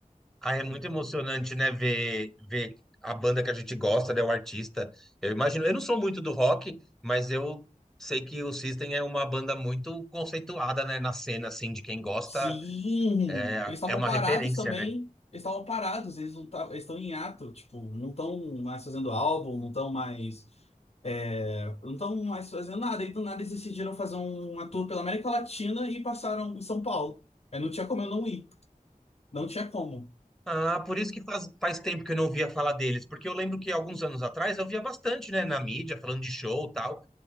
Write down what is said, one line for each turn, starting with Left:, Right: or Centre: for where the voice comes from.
Centre: Ah, é muito emocionante, né, ver, ver a banda que a gente gosta, né, o artista. Eu imagino, eu não sou muito do rock, mas eu sei que o System é uma banda muito conceituada, né, na cena, assim, de quem gosta,
Left: Sim,
Centre: é,
Left: eles estavam
Centre: é uma
Left: parados
Centre: referência,
Left: também.
Centre: né?
Left: Eles estavam parados, eles não tavam- eles estão em ato, tipo, não estão mais fazendo álbum, não estão mais, é, não estão mais fazendo nada. E do nada eles decidiram fazer um- uma tour pela América Latina e passaram em São Paulo. É, não tinha como eu não ir, não tinha como.
Centre: Ah, por isso que faz, faz tempo que eu não ouvia falar deles, porque eu lembro que alguns anos atrás eu via bastante, né, na mídia, falando de show e tal,